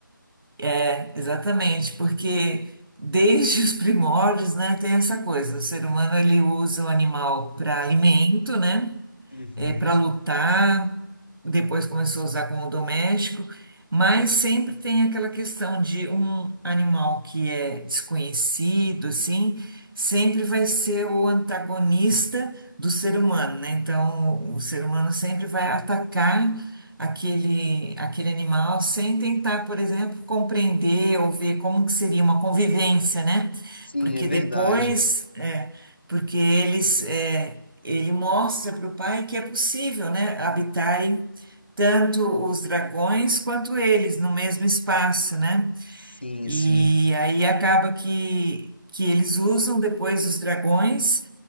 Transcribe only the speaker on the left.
Uhum.
Sim,
é verdade.
Sim,
sim.